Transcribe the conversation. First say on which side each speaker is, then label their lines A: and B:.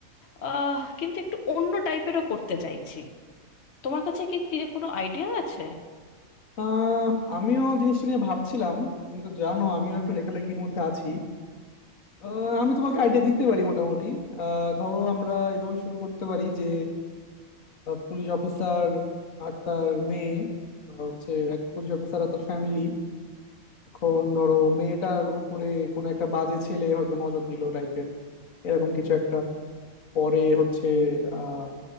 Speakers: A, on the left; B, on the left.
A: আহ কিন্তু একটু অন্য টাইপেরও করতে চাইছি তোমার কাছে কি কি কোনো আইডিয়া আছে
B: আহ আমিও জিনিসটা নিয়ে ভাবছিলাম তুমি তো জানো আমিও একটু লেখালেখির মধ্যে আছি আহ, আমি তোমাকে আইডিয়া দিতে পারি মোটামুটি আহ, ধরো আমরা এভাবে শুরু করতে পারি যে পুলিশ অফিসার আর তার মেয়ে আহ, হচ্ছে এক পুলিশ অফিসার আর তার ফ্যামিলি এখন ধরো মেয়েটার উপরে কোনো একটা বাজে ছেলে হয়তো নজর দিল টাইপের এরকম কিছু একটা পরে হচ্ছে আহ